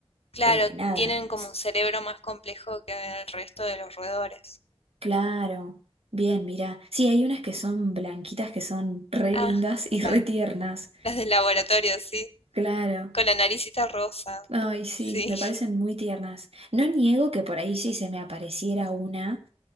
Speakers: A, on the left; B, on the right.
A: Claro,
B: eh, nada.
A: tienen como
B: S-
A: un cerebro más complejo que el resto de los roedores.
B: Claro, bien, mirá. Sí, hay unas que son blanquitas que son re
A: Ah,
B: lindas y re
A: las,
B: tiernas.
A: las del laboratorio, sí,
B: Claro.
A: con la naricita rosa,
B: Ay, sí,
A: sí.
B: me parecen muy tiernas. No niego que por ahí si se me apareciera una,